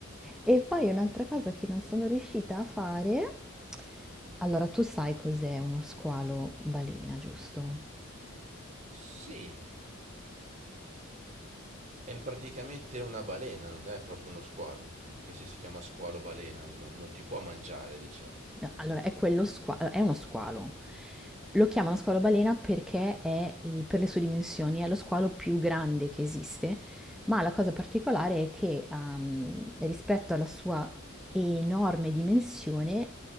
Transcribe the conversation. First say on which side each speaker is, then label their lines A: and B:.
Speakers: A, in the centre; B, on the right.
A: E poi un'altra cosa che non sono riuscita a fare, allora tu sai cos'è uno squalo balena, giusto?
B: Sì, è praticamente una balena, non è proprio uno squalo, cioè, anche se si chiama squalo balena, non, non ti può mangiare, diciamo.
A: No, Allora è quello squalo, è uno squalo. Lo chiamano squalo balena perché è, i- per le sue dimensioni è lo squalo più grande che esiste, ma la cosa particolare è che ehm, rispetto alla sua enorme dimensione